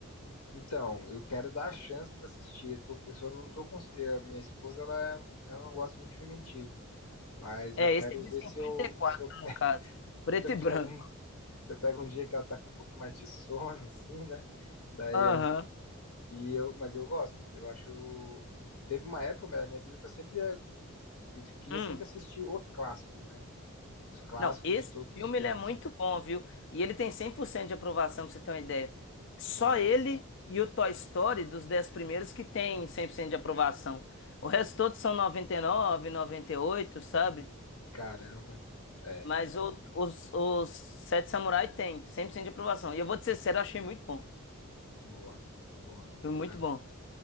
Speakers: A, on the left; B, on the left.
A: Então, eu quero dar a chance para assistir. Eu, tô, eu só não tô cons- eh, Minha esposa, ela, é- ela não gosta muito de filme antigo. Mas
B: É,
A: eu quero
B: esse é de
A: ver
B: 54
A: se eu, se eu,
B: no
A: pe- <laughs>
B: caso, preto
A: se eu
B: e branco.
A: pego um, se eu pego um dia que ela tá com um pouquinho mais de sono, assim, né? Daí
B: Aham.
A: eu, e eu, mas eu gosto. Eu acho. Teve uma época na minha vida que eu sempre ia- eu queria
B: Hum.
A: sempre assistir os clássicos, né? Os clássicos
B: Não, esse
A: de todos
B: filme
A: os filmes.
B: ele é muito bom, viu? E ele tem 100% de aprovação, pra você ter uma ideia. Só
A: Nossa,
B: ele e o Toy Story dos 10 primeiros que tem 100% de aprovação. O resto todos são noventa noventa e nove, noventa e oito, sabe?
A: caramba. É,
B: Mas o- os, os Sete Samurai tem 100% de aprovação. E eu vou te ser sério, eu achei muito bom.
A: boa, boa.
B: Foi muito
A: Não.
B: bom.